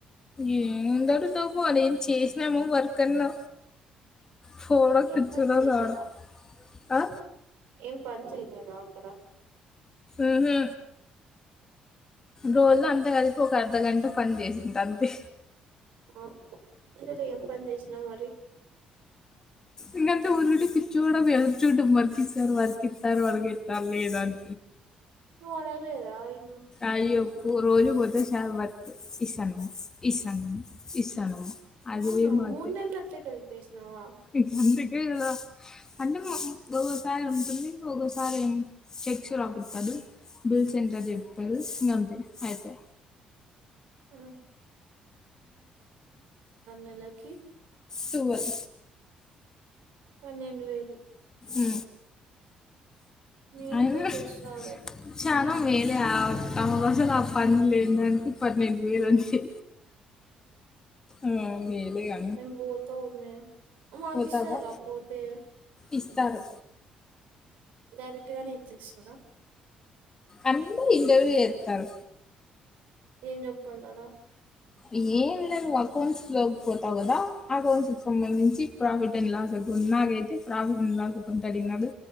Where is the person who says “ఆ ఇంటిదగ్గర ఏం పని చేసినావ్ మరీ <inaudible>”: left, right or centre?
Right